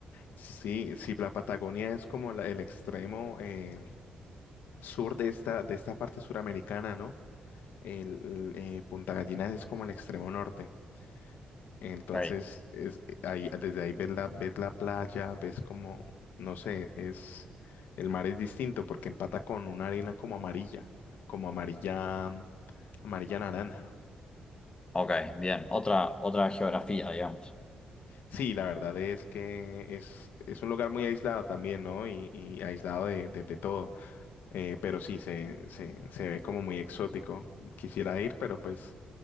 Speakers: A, on the left; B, on the left.
A: sí, sí, la Patagonia es como la- el extremo eh, sur de esta, de esta parte suramericana, ¿no? El, eh, Punta Gallinas es como el extremo norte. Entonces,
B: Ok,
A: es, eh, ahí, desde ahí ves la, ves la playa, ves como, no sé, es, el mar es distinto porque empata con una arena como amarilla, como amarilla, mm, amarilla naranja.
B: ok, bien. Otra,
A: Mm.
B: otra geografía, digamos.
A: Sí, la verdad es que es, es un lugar muy aislado también, ¿no? Y, y aislado de, de- de todo. Eh, pero sí, se, se, se ve como muy exótico. Quisiera ir, pero pues